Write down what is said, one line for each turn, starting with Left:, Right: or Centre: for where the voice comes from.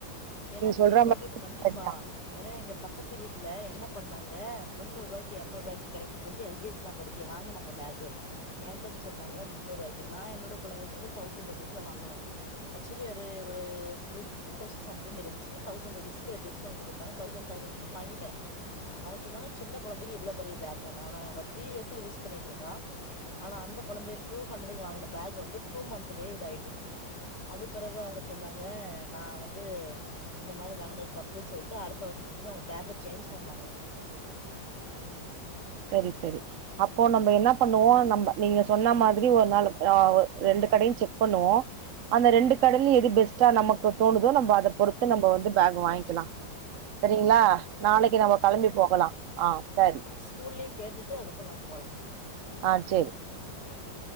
Left: ஏன்னா நீங்க
Right: சொல்ற
Left: சொல்றது
Right: மாரி
Left: கண்டிப்பா
Right: சரிதா
Left: ஏன்னா எங்க பக்கத்து வீட்ல என்ன பண்ணாங்க முன்னூறுவாய்க்கு இருநூறுவாய்க்கு கெடக்குன்னு சொல்லிட்டு எல் கே ஜி தான் படி இங்கே வாங்கனாங்க பேகு என்ட்ட வந்து சொன்னாங்க முன்னூறுவாய்க்கு நா என்னோட கொழந்தைக்கு வந்து தௌசன் ருபீஸ்ல வாங்குனே ஆக்சுவலி அரே ஒரு த்ரி தௌசன் சம்திங்க் இருஞ்சு தௌசண்ட்ருபீ்ஸ்கு டிஸ்கவுண்ட் குடுத்தாங்க தௌசண்ட் ஃபைஹண்ரட்க்கு வாங்கிட்டே அவ்ங் சொன்னாங்க சின்ன கொழந்தைக்கு இவ்ளோ பெரிய பேக்கா நானா அவே த்ரீ ஏர்ஸா யூஸ் பண்ணிட்டு இருக்கான். ஆனா அந்த கொழந்தைள் டூ ஹண்ட்ரடக்கு வாங்கின பேக் வந்து டூ மந்த்லயே இத ஆயிட்டு அது பெறவு அவு‌ங்க சொன்னாங்க நா வந் து இந்த மாதிரி வாங்குனது தப்புன்னு சொல்லிட்டு அடுத்த வருசத்துல வந்து அவங்க பேக்க சேஞ்ச் பண்ணாங்க.
Right: சரி சரி அப்போ நம்ம என்ன பண்ணுவோ நம்ம நீங்க சொன்ன மாதிரி ஒரு நாள் ஆ ரெண்டு கடையும் செக் பண்ணுவோ அந்த ரெண்டு கடயில எது பெஸ்ட்டோ நமக்கு தோணுதோ நம்ம அத பொறுத்து நம்ம வந்து பேக் வாங்கிக்கலா. சரிங்களா
Left: கண்டிப்பா கண்டிப்பா
Right: நாளைக்கு நாம களம்பி
Left: போவோ
Right: போகலாம் ஆ சரி
Left: ஸ்கூல்லயு கேட்டுட்டு அதுகப்றோ நாம போலா
Right: ஆ செரி
Left: ஓகே